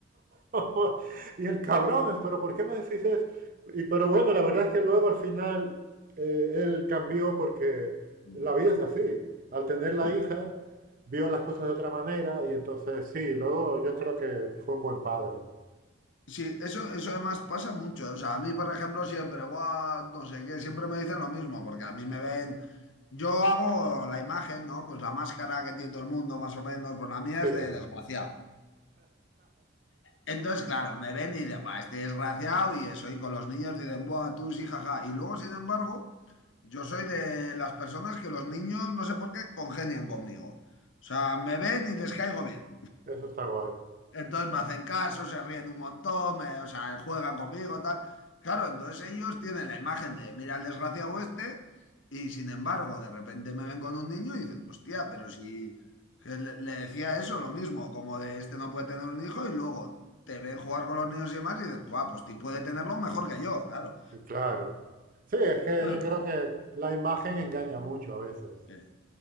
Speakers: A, on the right; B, on the left.
A: <laughs> y el cabrón, pero ¿por qué me decís eso? Y, pero bueno, la verdad es que luego al final eh, él cambió porque
B: mm.
A: la vida es así. Al tener la
B: <laughs> Sí.
A: hija, vio las cosas de otra manera y entonces sí, luego yo creo que fue un buen padre.
B: Sí, eso, eso además pasa mucho. O sea, a mí, por ejemplo, siempre, "Buah, no sé qué, siempre me dicen lo mismo, porque a mí me ven, yo hago la imagen, ¿no? Pues la máscara que tiene todo el mundo, más o menos, pues la mía
A: Sí,
B: es
A: <laughs>
B: de desgraciado. Entonces, claro, me ven y dicen, va, este desgraciado y eso, y con los niños dicen, buah, tú sí, jaja. Y luego, sin embargo, yo soy de las personas que los niños, no sé por qué, congenian conmigo. O sea, me ven y les caigo bien.
A: eso está guay.
B: Entonces me hacen caso, se ríen un montón, me- o sea, juegan conmigo, tal. Claro, entonces ellos tienen la imagen de, mira el desgraciado este, y sin embargo, de repente me ven con un niño y dicen, hostia, pero si que le, le decía eso, lo mismo, como de este no puede tener un hijo, y luego te ven jugar con los niños y demás, y dicen, "Buah, pues ti puede tenerlo mejor que yo, claro.
A: Sí, claro. Sí, es que
B: <laughs>
A: yo creo que la imagen engaña mucho a veces.
B: Eh,